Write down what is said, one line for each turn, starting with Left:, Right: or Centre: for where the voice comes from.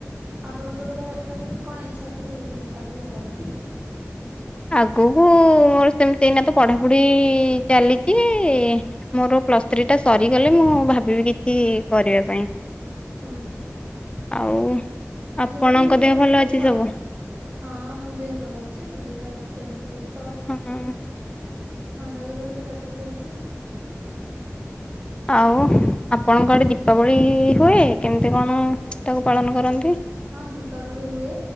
Right: ଆପଣଙ୍କର ତ ତଥାପି କଣ ଇଚ୍ଛା ଅଛି ଆଗକୁ ହେବା ପାଇଁ?
Left: ଆଗକୁ ମୋର ସେମିତି ଏଇନା ତ ପଢାପଢି ଚାଲିଛି। ମୋର ପ୍ଲସ୍ ଥ୍ରୀ ଟା ସରିଗଲେ ମୁଁ ଭାବିବି କିଛି କରିବା ପାଇଁ।
Right: ହୁଁ ହୁଁ
Left: ଆଉ ଆପଣଙ୍କ
Right: ଝିଅ ପିଲା ମାନେ ସବୁବେଳେ
Left: ଦେହ ଭଲ
Right: କିଛି
Left: ଅଛି
Right: କର
Left: ସବୁ
Right: ହଁ ମୋ ଦେହ ଭଲ ଅଛି ସିଜନ ଟା ବି ଚେଞ୍ଜ ହଉଛି ତ
Left: ହଁ
Right: ଥଣ୍ଡା ଜ୍ୱର ଏମିତି ଲାଗିି ରହୁଛି
Left: ଆଉ ଆପଣଙ୍କ ଆଡ଼େ ଦୀପାବଳି ହୁଏ କେମିତି କଣ ତାକୁ ପାଳନ କରନ୍ତି
Right: ହଁ ଦୀପାବଳି ହୁଏ